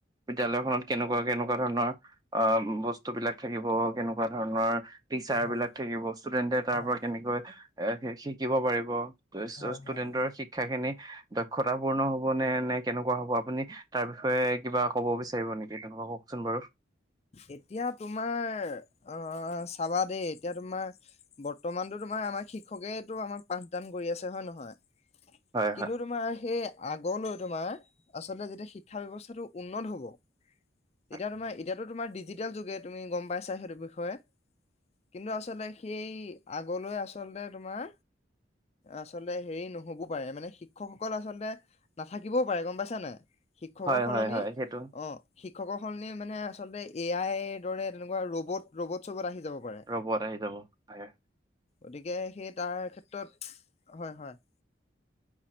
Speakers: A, on the right; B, on the left.
A: বিদ্যালয়খনত কেনেকোৱা কেনেকোৱা ধৰণৰ অ বস্তু বিলাক থাকিব কেনেকোৱা ধৰণৰ টিচাৰ
B: হয়,
A: বিলাক থাকিব ষ্টুডেন্টে তাৰ
B: হয়,
A: পৰা কেনেকৈ এ শিকিব পাৰিব
B: হয়,
A: ষ্টুডেণ্টৰ
B: হয়, হয়।
A: শিক্ষাখিনি দক্ষতাও পূৰ্ণ হ'ব। হব নে নে কেনেকোৱা হ'ব আপুনি তাৰ বিষয়ে কিবা ক'ব বিচাৰিব নেকি তেনেকোৱা কওকচোন বাৰু।
B: এতিয়া তোমাৰ অ চাবা দেই। এতিয়া তোমাৰ বৰ্তমানতো তোমাৰ আমাৰ শিক্ষকেতো আমাৰ পাঠদান কৰি আছে হয় নহয়
A: হয়
B: কিন্তু
A: হয়
B: তোমাৰ সেই আগলৈ তোমাৰ আচলতে যেতিয়া শিক্ষা ব্যৱস্থাটো উন্নত হব তেতিয়া
A: হয়।
B: তোমাৰ ইত এতিয়াতো তোমাৰ ডিজিটেল যুগে তুমি গম পাইছা সেইটো বিষয়ে কিন্তু আচলতে সেই আগলৈ আচলতে তোমাৰ আচলতে হেৰি নহবও পাৰে মানে শিক্ষকসকল আচলতে নাথাকিবও পাৰে গম পাইছা নাই শিক্ষকৰ
A: হয়
B: সলনি
A: হয় হয় সেইটো
B: অ শিক্ষকৰ সলনি মানহে আছে আচলতে এ আই সেইদৰে তেনেকোৱা ৰ'বত ৰবোৎসৱত আহি যাব পাৰে
A: ৰ'বত আহি যাব আহ
B: অধিক। গে সেই তাৰ ক্ষেত্ৰত, হয় হয়।